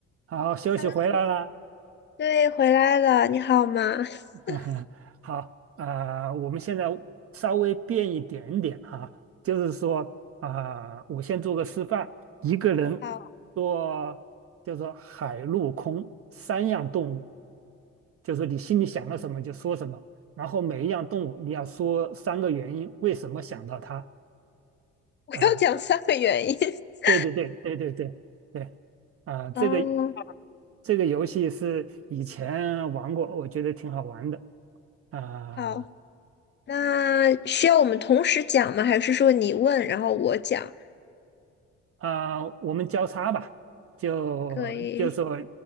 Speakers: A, on the right; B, on the left.
A: 好，休息回来了。
B: Hello，你对，回来了，你好吗？
A: <laughs>
B: <laughs>
A: 好，啊、我们现在稍微变一点点哈、就是说啊、我先做个示范，一个人做就是海陆空三样动物，
B: 好，
A: 就是你心里想到什么就说什么，然后每一样动物你要说三个原因，为什么想到它？
B: 我要讲三个原因。
A: 啊、
B: <laughs>
A: 对对对对对对对，啊、这个
B: 嗯，
A: 这个游戏是以前玩过，我觉得挺好玩的。啊、
B: 好，那需要我们同时讲吗？还是说你问，然后我讲？
A: 啊、我们交叉吧，就就说，
B: 可以，